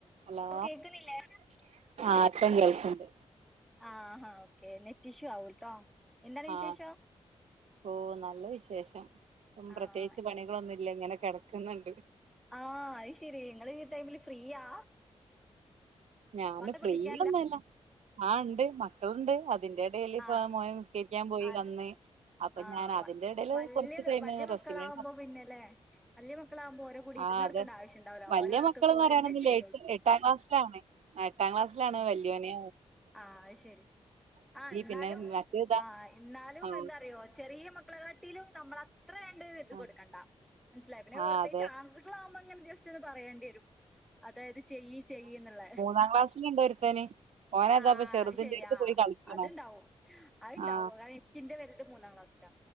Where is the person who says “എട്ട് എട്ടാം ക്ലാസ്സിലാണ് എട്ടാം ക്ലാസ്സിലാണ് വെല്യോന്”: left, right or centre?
Right